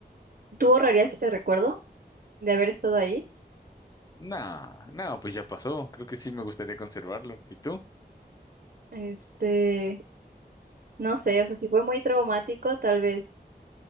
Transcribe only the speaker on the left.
Nah, no, pues ya pasó. Creo que sí me gustaría conservarlo. ¿Y tú?